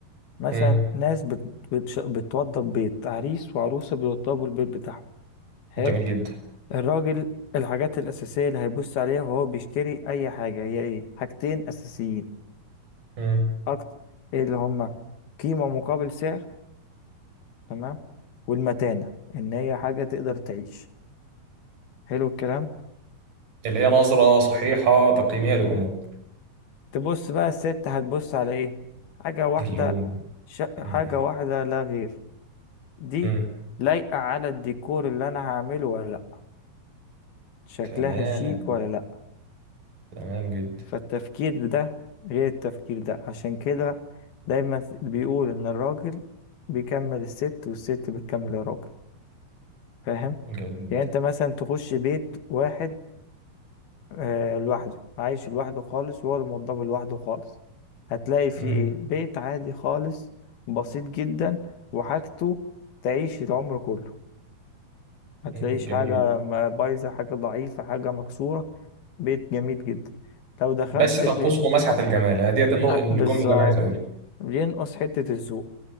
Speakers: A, on the left; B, on the right.
A: مثلا
B: مم.
A: ناس بت... بتش... بتوضب بيت عريس وعروسة بيوضبوا البيت بتاعهم حلو
B: جميل جدا
A: الراجل الحاجات الأساسية اللي هيبص عليها وهو بيشتري أي حاجة هي إيه حاجتين أساسيين
B: مم.
A: أكتر إيه اللي هما قيمة مقابل سعر تمام والمتانة إن هي حاجة تقدر تعيش حلو الكلام
B: اللي هي نظرة صحيحة تقييمية للأمور
A: تبص بقى الست هتبص على إيه حاجة واحدة
B: اللون
A: ش... حاجة
B: مم.
A: واحدة لا غير دي
B: مم.
A: لايقة على الديكور اللي أنا هعمله ولا لأ شكلها
B: تمام
A: شيك ولا لأ
B: تمام جدا
A: فالتفكير ده غير التفكير ده عشان كده دايما بيقول إن الراجل بيكمل الست والست بتكمل الراجل فاهم
B: جامد
A: يعني أنت مثلا تخش بيت واحد آه لوحده عايش لوحده خالص وهو الموضوع لوحده خالص هتلاقي فيه
B: مم.
A: إيه بيت عادي خالص بسيط جدا وحاجته تعيش العمر كله ما تلاقيش
B: مم. جميل
A: حاجة
B: جدا
A: م- بايظة حاجة ضعيفة حاجة مكسورة بيت جميل جدا لو دخلت
B: بس تنقصه
A: بيت
B: مسحة الجمال هي ديت النقطة
A: أ-
B: الجملة
A: بالظبط
B: اللي أنا عايز أقولها
A: بينقص حتة الذوق